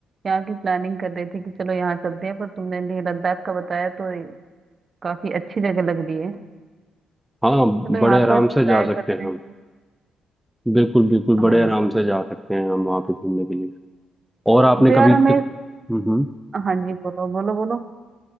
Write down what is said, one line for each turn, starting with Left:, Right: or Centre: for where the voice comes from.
Right: यहाँ की प्लानिंग कर रहे थे कि चलो यहाँ चलते हैं पर तुमने लेह लद्दाख का बताया तो काफी अच्छी जगह लग रही है
Centre: हाँ
Right: चलो
Centre: बड़े
Right: यहाँ
Centre: आराम
Right: का ट्राई
Centre: से जा सकते
Right: करते
Centre: हैं हम
Right: हैं
Centre: बिल्कुल बिल्कुल
Right: हाँ
Centre: बड़े
Right: जी
Centre: आराम से जा सकते हैं हम वहाँ पे घूमने के लिए और आपने
Right: तो यार
Centre: कभी
Right: हमें
Centre: हम्म हम्म।
Right: हाँ जी बोलो बोलो बोलो